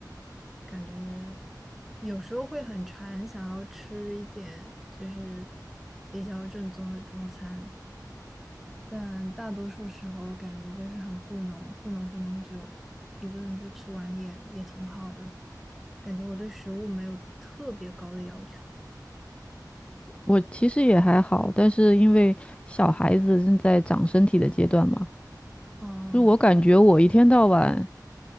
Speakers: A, in the centre; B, on the left.
A: 感觉有时候会很馋，想要吃一点就是比较正宗的中餐，但大多数时候感觉就是很糊弄，糊弄糊弄就一顿就吃完也也挺好的。感觉我对食物没有特别高的要求。
B: 我其实也还好，但是因为小孩子正在长身体的阶段嘛，
A: 嗯，
B: 就我感觉我一天到晚